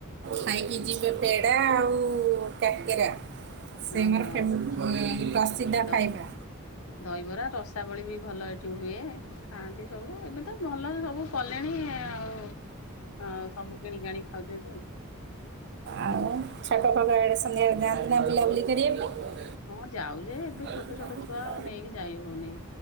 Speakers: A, on the right; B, on the left.
A: ଖାଇକି ଯିବେ ପେଡ଼ା ଆଉ କକରା ସେ
B: ହଁ
A: ମୋର
B: ହଁ
A: ଫେବ
B: ଦ
A: ପ୍ରସିଦ୍ଧ
B: ଦ
A: ଖାଇବା।
B: ଦହିବରା ରସାବଳି ବି ଭଲ ଏଠି ହୁଏ ଖାଆନ୍ତି ସବୁ ଏବେ ତ ଭଲ ସବୁ କଲେଣି ଆଉ ଆଉ ସବୁ କିଣିକ ଆଣି ଖାଉଚନ୍ତି।
A: ଆଉ ଛକ ଫକ ଆଡେ ସନ୍ଧ୍ୟା ଅଳେ ଯାଆନ୍ତି ନା ବୁଲାବୁଲି କରିବା ପାଇଁ?
B: ହଁ ଯାଉ ଯେ ଏବେ
A: କଣ କରିବା
B: ଛୋଟ ଛୋଟ ଛୁଆ ଆଉ ନେଇକି ଯାଇ ହଉନି